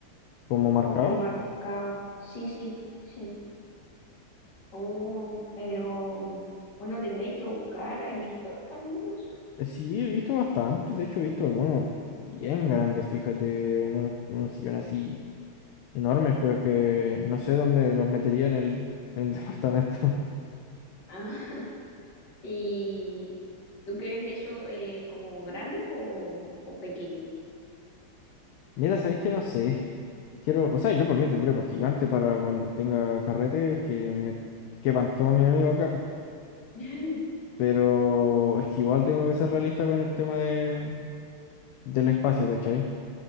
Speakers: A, on the left; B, on the left.
A: como marcado.
B: como marcado. Sí, sí, sí. Oh, pero mm, bueno, tendréis que buscar, ¿has visto algunos?
A: Eh, Sí, he visto bastante, de hecho he visto algunos bien grandes, fíjate, unos, unos sillones así enormes, pero es que no sé dónde los metería en el, en el <laughs> departamento.
B: Ah, <laughs> ¿y tú quieres eso eh, como grandes o, o pequeños?
A: Mira, sabéis que no sé. Quiero, o sea, yo por mí tendría uno gigante para cuando tenga carretes que me que todo mi amigo acá, po.
B: <laughs>
A: Pero es que igual tengo que ser realista con el tema de, del espacio, ¿cachai?